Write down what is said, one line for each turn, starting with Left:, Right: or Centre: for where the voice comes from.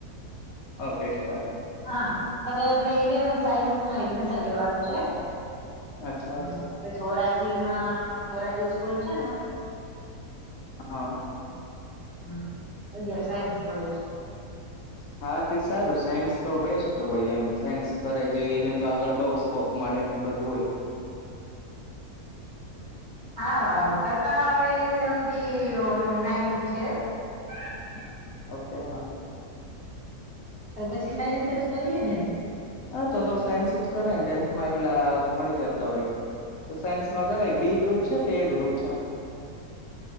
Left: હ પેસવારુ.
Right: હા હવે આપણેે ઈલેવન સાયન્સમાં એડમિશન લેવાનું છે.
Left: અચ્છા
Right: <unintelligible>
Left: અચ્છા
Right: <unintelligible> માં બોરાજી સ્કૂલ છે ને
Left: હા.
Right: હમ્મ. અગિયાર સાયન્સ કરવો છે.
Left: હા તે સારું સાયન્સ તો બેસ્ટ હોય. એમ સાયન્સ કરે છે એને તો આગળ બઉ સ્કોપ મળે ને બધું હોય.
Right: હા <unintelligible> એ ન્નૈનાથ હે?
Left: ઓકે હા.
Right: તો પછી સાયન્સ જ ફરીએ ને?
Left: હા તો તો સાયન્સ જ કરેને ટેન્થમાં એટલા મળી જતા હોય તો સાયન્સમાં કરાય બી ગ્રુપ છે કે એ ગ્રુપ છે